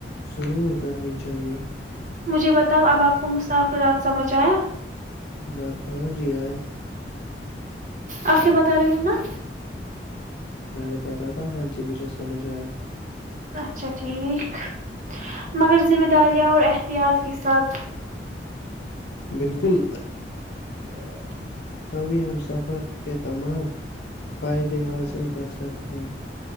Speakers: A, on the left; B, on the right.
A: ضرور کرنی چاہیئے <inaudible>
B: مجھے بتاؤ اب آپ کو مسافرات سمجھ آیا <inaudible>
A: نہ ہاں جی آیا
B: آپ کیا بتا رہی ہو نا <inaudible>
A: میں بتا رہا تھا ہاں جی مجھے سمجھ آیا
B: اچھا ٹھیک مگر ذم داریاں اور احتیاط کے ساتھ
A: بالکل
B: <inaudible>
A: تبھی ہم سفر کے تمام فائدے حاصل کر سکتے ہیں